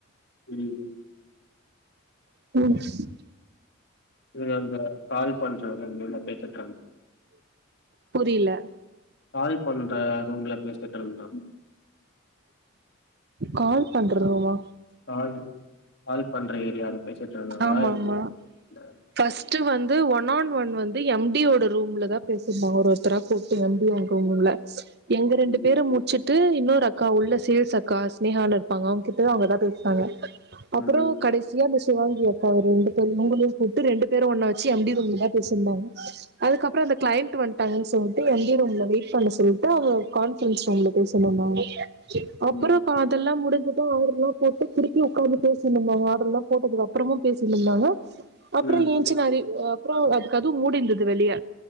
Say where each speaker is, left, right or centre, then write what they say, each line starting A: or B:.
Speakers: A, on the left; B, on the right.
A: ம்
B: <inaudible>
A: இல்ல அந்த கால் பண்றாங்க உள்ள கை தட்றாங்க
B: புரியில
A: கால் பண்ற ரூம்ல பேசிட்டுருந்தோ
B: கால் பண்ற ரூமா
A: கால் கால் பண்ற ஏரியால பேசிட்ருந்தாங்களா
B: ஆமா
A: எங்க
B: ஆமா
A: பேசிட்ருந்தாங்க?
B: ஃபர்ஸ்ட் வந்து ஒன் ஆன் ஒன் வந்து எம் டி ஓட ரூம்ல தா பேசிருந்தாங்க ஒரு ஒருத்தரா கூப் நம்பி அங்க ஒண்ணு இல்ல எங்க ரெண்டு
A: ம்
B: பேரும் முடிச்சுட் டு இன்னொரு அக்கா உள்ள சேல்ஸ் அக்கா சினேகான்னு இருப்பாங்க அவங்ககிட்டதா அவங்க எதா பேசுவாங்க
A: ம்
B: அப்பறோ கடைசியா மிஸ் சிவாங்கி அக்காவ ரெண்டு பேரயு உங்களையு கூப்ட்டு ரெண்டு பேரு ஒன்னா வச்சு எம் டி ரூம்லதா பேசிருந்தாங்க அதுக்கப்பறோ அந்த கிளைண்ட் வன் டாங்கன் சொல்லிட்டு எம் டி ரூம்ல வெயிட் பண்ண சொல்லிட்டு அவங்க கான்பரன்ஸ் ரூம்ல பேசணுன்னாங்க அப்பறோ
A: ம்
B: கா அதெல்லா முடிஞ்சிட்டு ஆர்டர் எல்லா போட்டு திருப்பி ஒக்காந்து பேசினு இருந்தாங்க ஆர்டர்ல்லா போட்டதுக்கு அப்பறமு பேசினுருந்தாங்க அப்பறோ
A: ம்
B: ச்சி மாரி அப்பறோ அது கதவு மூடிருந்தது வெளிய